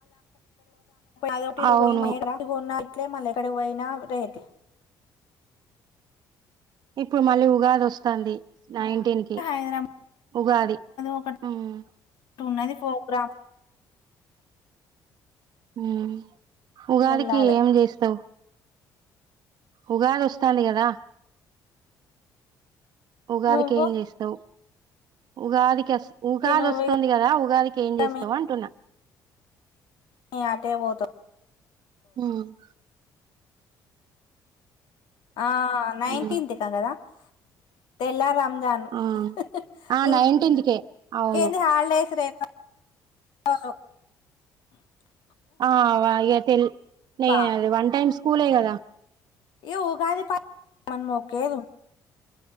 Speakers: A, on the left; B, on the right.
A: అదొకటి ఇదొకటి
B: అవును
A: <unintelligible> ఇలే మళ్ళెక్కడకుపోయిన రేటు
B: ఇప్పుడు మళ్ళీ ఉగాది వస్తాంది నైన్టీన్
A: కదా
B: కి
A: హైదరాబాద్
B: ఉగాది
A: ఒకటి
B: ఉమ్మ్
A: ఉన్నది ప్రోగ్రామ్
B: ఉమ్ ఉగాదికి
A: వెళ్ళాలి
B: ఏం జేస్తవ్ ఉగాది వస్తాంది కదా ఉగాదికి
A: నువ్వు
B: ఏం జేస్తవ్ ఉగాది కస్ ఉగాది
A: ఇగ నువ్వు
B: వస్తోంది
A: ఇగ
B: కదా ఉగాదికి ఏం జేస్తవ్
A: మీ
B: అంటున్నా
A: <unintelligible> అటే పోత
B: ఉమ్
A: ఆ నైంటీంత్క్
B: హ్మ్
A: క కదా తెల్లారం రాను ఇం
B: ఆ
A: <unintelligible>
B: ఆ నైన్టీన్త్ కే అవును
A: కేంది హాలిడేస్ రే <unintelligible>
B: ఆ వాగే తెల్
A: అబ్బా
B: వన్ టైమ్స్ కూలే గదా
A: ఈ ఉగాది పా <unintelligible> మన్ముక్ కేదు